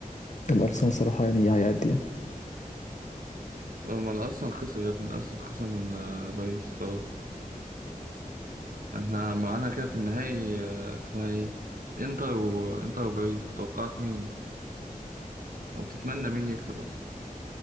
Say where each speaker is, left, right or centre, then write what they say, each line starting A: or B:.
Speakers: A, on the left; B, on the right.
A: الأرسنال الصراحة يعني هيعدي يعني
B: هما الأرسنال خسر يا ابني الأرسنال خسر من آه، باريس خلاص احنا معانا كده في النهائي آه، اسمها ايه؟ انتر وانتر وباريس توقعت مين او تتمنى مين يكسب اصلا